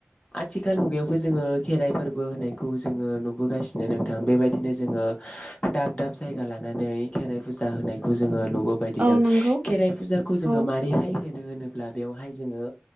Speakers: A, on the left (about 30°); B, on the right (about 35°).
A: आथिखाल मुगायावबो जोङो खेराइफोर बो होनायखौ जोङो नुबोगासिनो नोंथां बेबायदिनो जोङो दाब दाब जायगा लानानै खेराइ फुजा होनायखौ जोङो नु बो बायदिनो
B: औ नंगौ
A: खेराइ फुजाखौ जोङो
B: औ
A: मारैहाय होयो मानो होनोब्ला बेवहाय जोङो